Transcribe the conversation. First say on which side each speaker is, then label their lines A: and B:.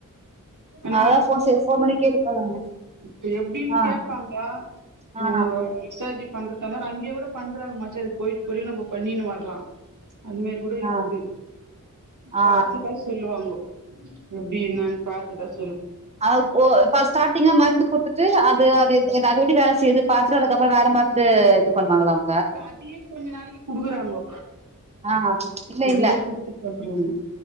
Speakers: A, on the right; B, on the right.
A: <inaudible>
B: ஆனா இப்ப எப்படின்னு
A: ஆ
B: கே்பாங்க
A: ஆ
B: அவங்க எக்ஸஜி பண்றதுதந்த அங்கே கூட பண்றாங்க மாச்சாஅது போயிட்டு போயி நம்ம பண்ணின்னு வரலாம் அதுமெரி கூட இருக்கு
A: ஆ ஆ
B: பார்த்துதா சொல்லுவாங்கோ எப்படி நான் பா்த்து தான்
A: அஓ இப்ப ஸ்டாரிங்க ம கொடுத்து அது அது எத அது எப்படி வேலை செய்யு பா்த்துட்டு அதுக்கப்புறம் வேற பா்த்துட்டு இது பண்ணுவாங்களாம்
B: அதையே கொஞ்ச நாளைக்கு குடுக்குறாங்கோ
A: ஆ இல்ல
B: அதையே
A: இல்ல
B: குடுத்து பாக்குறோம்